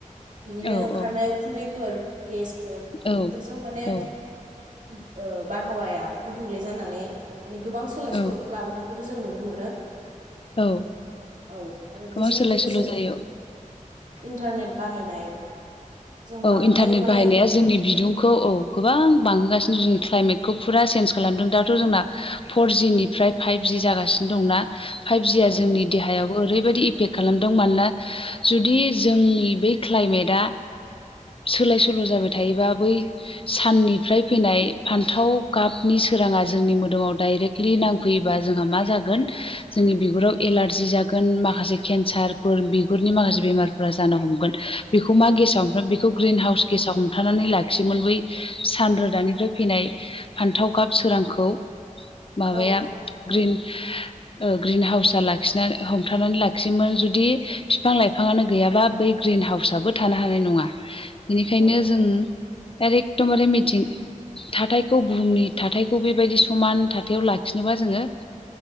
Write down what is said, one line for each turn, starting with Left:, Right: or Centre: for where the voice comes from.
Right: बिनिनो
Left: औ
Right: ओंखारनाय
Left: औ
Right: खुन्दैफोर गेसफोर
Left: औ
Right: बेफोरजों माने
Left: औ
Right: ओब ओ बारहावाया गुबुंले जानानै माने गोबां सोलाय
Left: औ
Right: सोल'खौ लाबोनायख खौबो जों नुनो मोनो।
Left: औ
Right: औ आरो
Left: गोबां
Right: बेजों
Left: सोलाय
Right: लोगोसे
Left: सोल' जायो
Right: इन्टारनेट बाहायनाय जों
Left: औ
Right: बांद्राय
Left: इन्टारनेट
Right: माने
Left: बाहायनाया जोंनि बिदुंखौ औ गोबां बांहोगासिनो जोंनि क्लाइमेटखौ फुरा चेन्ज खालामदों दाथ' जोंना फर जिनिफ्राय फाइभज जागासि दंना फाइभजिआ
Right: औ
Left: जोंनि देहायावबो ओरैबायदि इफेक्ट खालामदों मानोना जुदि जोंनि बै क्लाइमेटआ सोलाय सोल' जाबाय थायोबा बै साननिफ्राय फैनाय फान्थाव गाबनि सोराङा जोंनि मोदोमाव दाइरेक्ट ख्लि नांफैयोबा जोंहा मा जागोन? जोंनि बिगुराव एलारजि जागोन माखासे केन्सारफोर बिगुरनि माखासे बेमारफोरा जानो हमगोन। बेखौ मा गेसाव फ्राय बेखौ ग्रिन हाउस गेसाव हमथानानै लाखियोमोन बै सान रोदानिफ्राय फैनाय फान्थाव गाब सोरांखौ माबाया
Right: औ
Left: ग्रिन ओ ग्रिन हाउसा लाख <unintelligible> हमथानानै लाखियोमोन जुदि बिफां लाइफाङानो गैयाबा बै ग्रिन हाउसाबो थानो हानाय नङा। बेनिखायनो
Right: औ
Left: जों आरो एखदमबारे मिथिं थाथायखौ बुहुमनि थाथायखौ बेबायदि समान थाथायाव लाखिनोबा जोङो